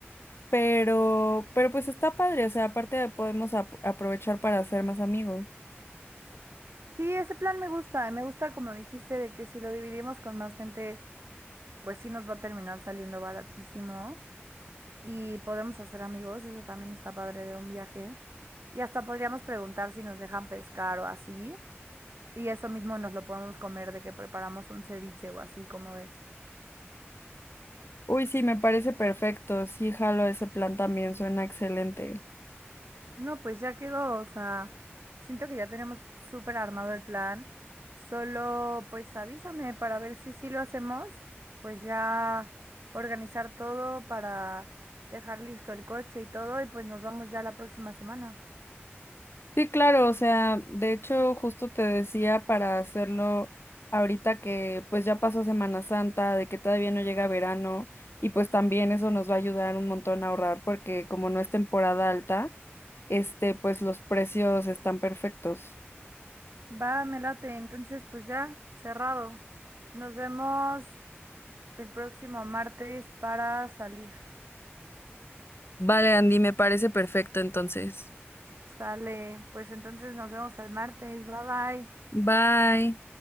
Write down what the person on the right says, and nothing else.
Sí, ese plan me gusta. Me gusta, como dijiste, de que si lo dividimos con más gente, pues sí nos va a terminar saliendo baratísimo y podemos hacer amigos. Eso también está padre de un viaje. Y hasta podríamos preguntar si nos dejan pescar o así. Y eso mismo nos lo podemos comer de que preparamos un ceviche o así, como ves?
No, pues ya quedó, o sea, siento que ya tenemos súper armado el plan. Solo, pues avísame para ver si sí lo hacemos, pues ya organizar todo para dejar listo el coche y todo, y pues nos vamos ya la próxima semana.
Va, me late, entonces pues ya, cerrado. Nos vemos el próximo martes para salir.
Sale, pues entonces nos vemos el martes. Bye bye.